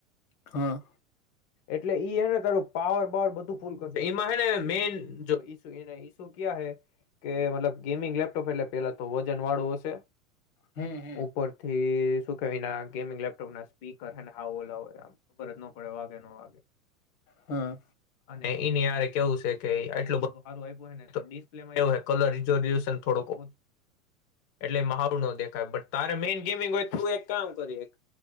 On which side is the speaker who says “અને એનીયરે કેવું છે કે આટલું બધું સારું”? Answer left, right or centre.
Left